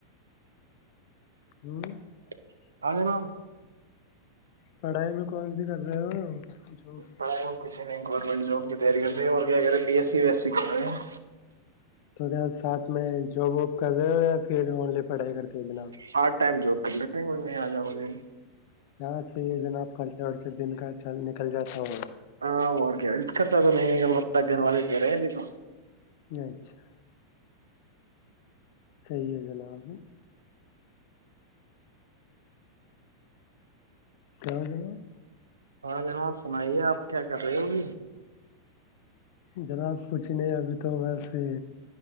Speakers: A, on the left; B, on the right.
A: ب <unintelligible>
B: <unintelligible>
A: پڑھائی میں کون سی کر رہے ہو جو
B: پڑائی کو کچھ نہیں گورنمنٹ جاب کی تیاری کرتے ہیں اور کیا کر رہے ہیں B S C V S C کر رہے ہیں
A: تو ساتھ میں جاب وااب کر رہے ہو یا پھر آنلیے پڑھائی کرتے <unintelligible>
B: پارٹ ٹائم جاب کر لیتے ہیں کوئی نہیںیں آ جاؤ جے
A: ہاں سی جنا آپ خرچا پتا ک دن کا چل نکل جاتا ہ
B: ہاں اوروکےت خرصاد نگا گھر والے دے رہے ہیں ابھی تو
A: اچھا صحیح ہے جناب <unintelligible>
B: سارا جن آپ سنائیے آپ کیا کر رہے ہو ا بھی
A: جناب کوچھ نہیں ابھی تو ویسے